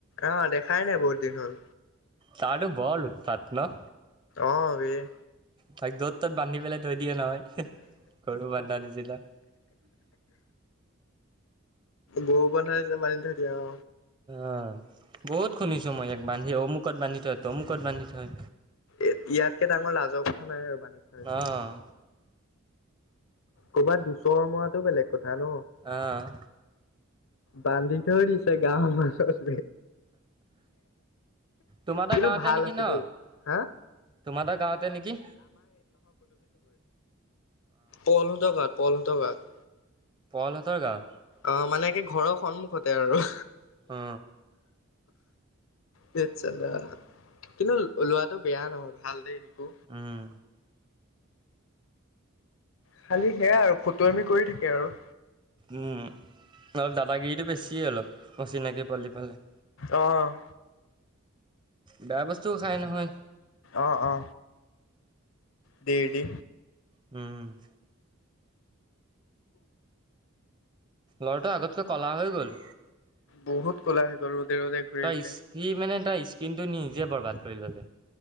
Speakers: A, on the left; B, on the right.
A: অ', দেখাই নাই বহুত দিন হ'ল।
B: তাৰতো বৰ উৎপাত ন?
A: অ', বেহ
B: তাক য'ত ত'ত বান্ধি পেলাই থৈ দিয়ে নহয়, গৰু বন্ধা নিচিনা।
A: গৰু বন্ধাই যে মানি থাকি অ',
B: অ বহুত শুনিছো মই ইয়াক বান্ধি অমুকত বান্ধি থয় তমুকত বান্ধি থয়
A: এ ইয়াতকে ডাঙৰ লাজৰ কথা নাই আৰু বান্ধি থয় পেলায়।
B: অ'।
A: ক'ৰবাত দুচৰ মৰাটো বেলেগ কথা। ন
B: অহ
A: বান্ধি থৈ দিছে গাঁওৰ মাজত।
B: তোমাৰ
A: কিন্তু
B: ত গাঁৱতে
A: ভাল
B: নেকি
A: আছে
B: ন?
A: দেই হা
B: তোমাৰ তা গাঁৱতে নেকি?
A: পল হতৰ গাওত পল হতৰ গাওত।
B: পল হতৰ গাওত।
A: অ' মানে কি ঘৰৰ সন্মুখতে আৰু।
B: অ।
A: ধেত চালা কিন্তু লৱাটো বেয়া নহয় ভাল দেই। নিকু
B: উম,
A: খালি সেয়া আৰু ফটুৱামি কৰি থাকে আৰু।
B: উম, অলপ দাদাগিৰিতটো বেছিয়ে অলপ অচিনাকি পোৱালি পালে।
A: অঁ',
B: বেয়া বস্তুও খাই নহয়।
A: অ-অ দেই দে
B: উম, লৰাটো আগতকৈ কলা হৈ গ'ল।
A: বহুত ক'লা হৈ গল। ৰ'দে ঘূৰি
B: তই
A: ঘূৰি
B: সি মানে তই স্কিন টো নিজে বৰবাদ কৰি ললে।